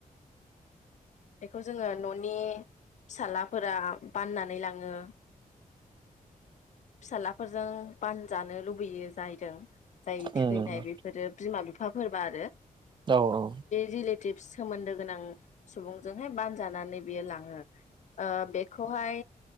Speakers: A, on the left; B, on the right.
A: बेखौ जोङो न'नि फिस्लाफोरा बाननानै लाङो फिसालाफोरजों बानजानो लुबैयो जायदों जाय
B: आतसा
A: थैनाय बेफोरो
B: औ
A: बिमा बिफाफोरबा आरो
B: औ औ
A: रिलेटिबस सोमोन्दो गोनां सुबुंजोंहाय बानजानानै बियो लाङो ओ बेखौहाय